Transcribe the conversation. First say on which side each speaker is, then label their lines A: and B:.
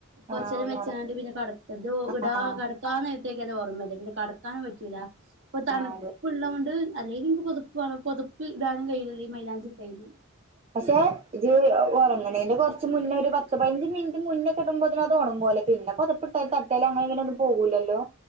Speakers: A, on the right (about 60°); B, on the right (about 30°).
A: കുറച്ചരം
B: ആഹ് ഒന്നോടെ
A: വെച്ചാണ്ട് പിന്നെ കടത് ഇത്
B: ആഹ്
A: ഇട കടക്കാ നേരത്തേക്ക അത് ഓർമ്മയില്ല പിന്നെ കട ക്കാനും പറ്റൂല ഇപ്പൊ തണുപ്പ്ഉള്ളോണ്ട്
B: ആഹ് അതെ
A: അല്ലെലും എനിക്ക് പൊതപ്പ് വേണം പൊത പ്പ് ഇടാനും കഴിയില്ലല്ലോ മൈലാഞ്ചിട്ടായിന്ന്
B: പക്ഷെ ഇത് ഉറങ്ങണന്റെ കൊറച്ച് മുന്നേ ഒരു പത്ത് പഞ്ച് മിനിറ്റ് മുന്നേ കിടുമ്പോതിനന് അത് ഉണങ്ങ്ലെ പിന്നെ പൊതപിട്ട തട്ടേൽ അങ്ങന ഇങ്ങനെ ഒന്നും പോവൂല്ലല്ലോ